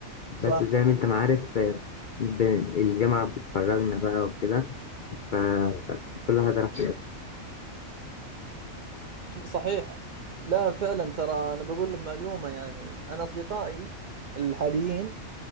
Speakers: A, on the right; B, on the left.
A: صح
B: بس زي ما أنت ما عارف آه، ب- الجامعة بتفرجنا بقى وكده فكل واحد راح
A: صحيح لا فعلا ترى انا بقول لك معلومه يعني انا اصدقائي الحاليين